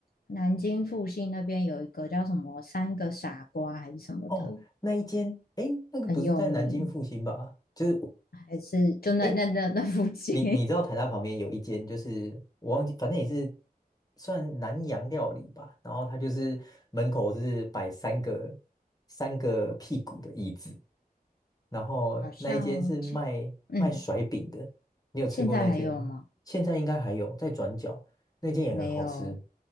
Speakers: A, on the left; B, on the left.
A: 南京附近那边有一个叫什么“三个傻瓜”还是什么的，
B: 哦，那一间，诶，那个不是在南京复兴吧？
A: 很有名，
B: 就是，
A: 还是就那那那那附近，
B: 诶，你你知道台大旁边有一间，就是我忘记，反正也是算南洋料理吧。然后它就是门口是摆三个三个屁股的椅子，然后那一间是卖卖甩饼的。
A: <laughs> 好像现嗯，
B: 你有吃过那间吗？
A: 现在还有吗？
B: 现在应该还有，在转角那间也很好吃。
A: 没有